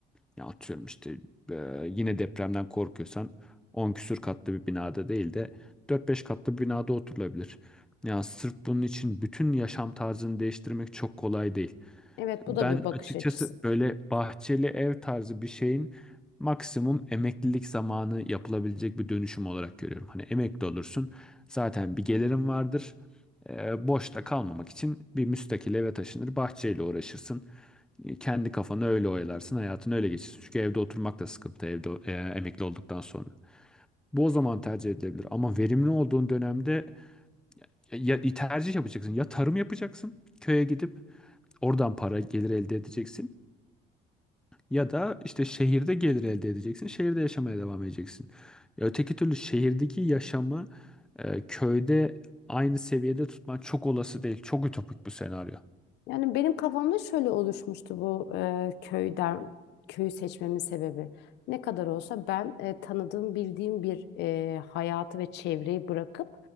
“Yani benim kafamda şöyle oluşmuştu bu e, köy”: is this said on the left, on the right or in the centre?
Left